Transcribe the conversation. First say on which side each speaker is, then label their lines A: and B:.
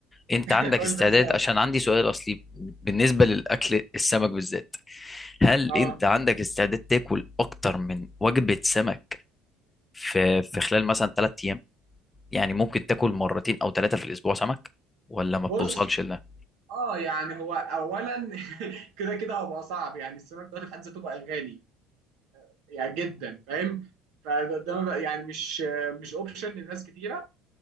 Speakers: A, on the left; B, on the right.
A: انت
B: <laughs>
A: عندك
B: قلنا
A: استعداد
B: سوا
A: عشان عندي سؤال اصلي بالنسبه للاكل السمك بالذات هل
B: اه
A: انت عندك استعداد تاكل اكتر من وجبه سمك في في خلال مثلا 3 ايام يعني ممكن تاكل مرتين او ثلاثة في الاسبوع سمك ولا ما
B: بص
A: بتوصلش لده
B: اه يعني هو اولا <laughs> كده كده هبقى صعب يعني السمك دلوقتي في حد ذاته بقى غالي يعني جدا فاهم فده ده ما بقى- يعني مش مش اوبشن لناس كتيره